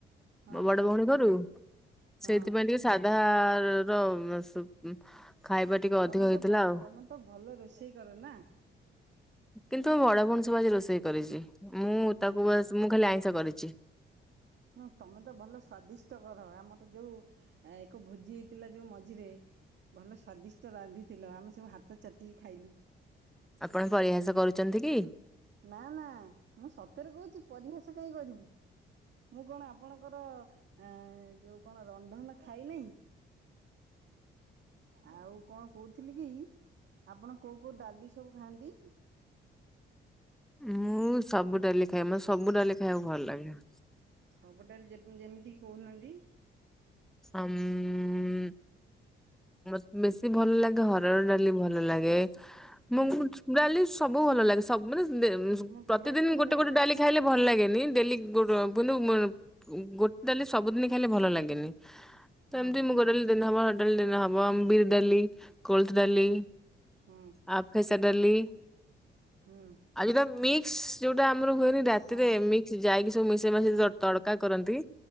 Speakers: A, on the right; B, in the centre.
A: ହଁ
B: ମୋ ବଡ଼
A: ହଁ।
B: ଭଉଣୀ ଘରୁ
A: ହଁ
B: ସେଇଥିପାଇଁ ଟିକେ ସାଧାର ସ ଖାଇବା ଟିକେ ଅଧିକ
A: ତମେ
B: ହେଇଥିଲା
A: ତ ଭ
B: ଆଉ
A: ତମେ ତ ଭଲ ରୋଷେଇ କର ନାଁ।
B: କିନ୍ତୁ ମୋ ବଡ଼ ଭଉଣୀ ସବୁ ଆଜି ରୋଷେଇ କରିଚି ମୁଁ ତାକୁ
A: ଆଚ୍ଛା
B: ବାସ୍ ମୁଁ ଖାଲି ଆଇଁଷ କରିଚି।
A: ହଁ ତମେ ତ ଭଲ ସ୍ଵାଦିଷ୍ଟ କର ଆମର ଯୋଉ ଆ ଏକ ଭୋଜି ହେଇଥିଲା ଯୋଉ ମଝିରେ ଭଲ ସ୍ଵାଦିଷ୍ଟ ରାନ୍ଧି ଥିଲ ଆମେ ସବୁ ହାତ ଚାଟିକି ଖାଇଲୁ।
B: ଆପଣ ପରିହାସ କରୁଚନ୍ତି କି?
A: ନାଁ ନାଁ ମୁଁ ସତରେ କହୁଚି ପରିହାସ କାଇଁ କରିବି? ମୁଁ କଣ ଆପଣଙ୍କର ଅଁ ଯଉ କଣ ରନ୍ଧନ ଖାଇ ନେଇ? ଆଉ କଣ କହୁଥିଲି କି ଆପଣ କୋଉ କୋଉ ଡାଲି ସବୁ ଖାଆନ୍ତି?
B: ଉଁ ମୁଁ ସବୁ ଡାଲି ଖାଏ ମତେ ସବୁ ଡାଲି ଖାଇବାକୁ ଭଲ ଲାଗେ।
A: ସବୁ ଡାଲି ଯେ ଯେମିତି କି କହୁନାହାନ୍ତି।
B: ଅମ୍ ମ ବେଶୀ ଭଲ ଲାଗେ ହରଡ଼ ଡାଲି ଭଲ ଲାଗେ ମୁଁ
A: ହୁଁ
B: ଉ ଡାଲି ସବୁ ଭଲ ଲାଗେ ସ ମାନେ ଦେ
A: ମୁଗ
B: ପ୍ରତିଦିନ
A: ଡାଲି ହରଡ଼
B: ଗୋଟେ ଗୋଟେ ଡାଲି ଖାଇଲେ ଭଲ ଲାଗେନି ଦେଲି ଗୁଡ଼ ବୋଲୁ ମୁ ଉଁ ଗୋଟେ ଡାଲି ସବୁ ଦିନି ଖାଇଲେ ଭଲ ଲାଗେନି। ତ
A: ହଁ
B: ଏମତି
A: ହଁ
B: ମୁଁ ମୁଗ ଡାଲି ଦିନେ ହବ ହରଡ଼ ଡାଲି ଆଜି ହବ ଅମ ବିରି ଡାଲି କୋଳଥ ଡାଲି
A: ହୁଁ ହୁଁ
B: ଆଉ ଫେସା ଡାଲି।
A: ହୁଁ
B: ଆଉ ଯୋଉଟା ମିକ୍ସ ଯୋଉଟା ଆମର ହୁଏନି ରାତିରେ
A: ହଁ ହଁ
B: ମିକ୍ସ ଯାଇକି ସବୁ ମିଶେଇ ମାଶେଇ
A: ହଁ
B: ଯ
A: ହଁ
B: ତଡ଼କା
A: ହଁ
B: କରନ୍ତି